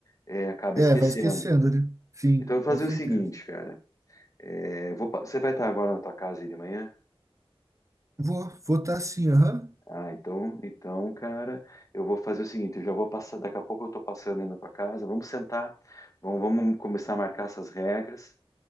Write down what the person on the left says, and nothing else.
é, acaba
esquecendo.
Então, eu vou
fazer
o seguinte, cara. é, eu vou pa- você vai estar agora na tua casa aí de manhã?
Ah, então, então, cara, eu vou fazer o seguinte, eu já vou passar, daqui a pouco eu tô passando aí na tua casa, vamos sentar, vamos, vamos começar a marcar essas regras